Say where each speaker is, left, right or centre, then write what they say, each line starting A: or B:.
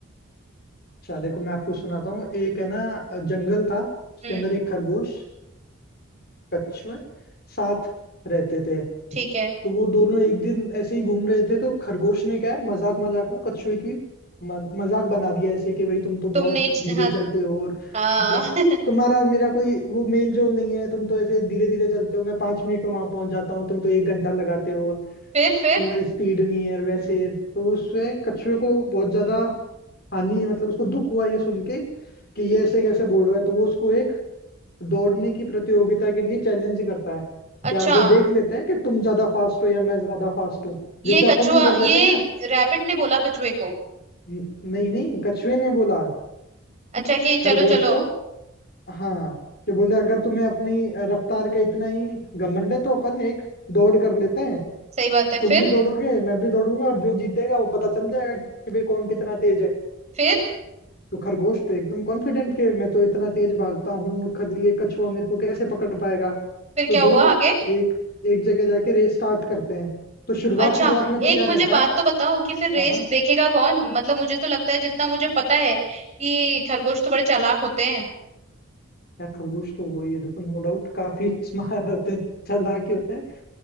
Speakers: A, on the left; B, on the right.
A: अच्छा देखो मैं आपको सुनाता हूँ एक है ना अ, जंगल था उसके
B: हम्म
A: अंदर एक खरगोश कछुए साथ रहते थे
B: ठीक है
A: तो वो दोनों एक दिन ऐसे ही घूम रहे थे तो खरगोश ने क्या है मजाक मजाक में कछुए की म- मजाक बना दिया ऐसे कि भाई तुम तो बहुत
B: तुमने च-
A: धीरे
B: हाँ
A: चलते हो और तु-
B: हाँ <laughs>
A: तुम्हारा और मेरा कोई वो मेल जोल नहीं है तुम तो ऐसे धीरे धीरे चलते हो मैं पांच मिनट में वहां पहुंच जाता हूँ तुम तो एक घंटा लगाते हो और
B: फिर फिर
A: तुम्हारी स्पीड नहीं है और वैसे तो उससे कछुए को बहुत ज्यादा हानि मतलब उसको दुख हुआ ये सुन के कि ये ऐसे कैसे बोल रहा है तो वो उसको एक दौड़ने की प्रतियोगिता के लिए चैलेंज करता है क्या
B: अच्छा
A: जो देख लेते हैं कि तुम ज्यादा फास्ट हो या मैं ज्यादा फास्ट हूँ
B: ये
A: जैसे अपन
B: कछुआ
A: नहीं कर लेते
B: ये
A: क्या
B: रैबिट ने बोला कछुए को
A: न- नहीं नहीं कछुए ने बोला
B: अच्छा कि
A: खरगोश
B: चलो चलो
A: को हाँ कि बोले अगर तुम्हें अपनी अ, रफ्तार का इतना ही घमंड है तो अपन एक दौड़ कर लेते हैं
B: सही बात है
A: तुम
B: फिर
A: भी दौड़ोगे मैं भी दौड़ूंगा और जो जीतेगा वो पता चल जाएगा कि भाई कौन कितना तेज है
B: फिर
A: तो खरगोश तो एकदम कॉन्फिडेंट के मैं तो इतना तेज भागता हूँ और खद ये कछुआ मेरे को कैसे पकड़ पाएगा
B: फिर
A: तो
B: क्या
A: दोनों
B: हुआ आगे
A: एक एक जगह जाके रेस स्टार्ट करते हैं तो शुरुआत
B: अच्छा
A: शुरुआत में तो
B: एक
A: क्या
B: मुझे
A: रहता
B: बात
A: है
B: तो बताओ कि फिर रेस
A: हाँ हाँ
B: देखेगा कौन मतलब मुझे तो लगता है जितना मुझे पता है कि खरगोश तो बड़े चालाक होते हैं
A: यार खरगोश तो वो ये देखो नो डाउट काफी <laughs> स्मार्ट होते हैं चालाक ही होते हैं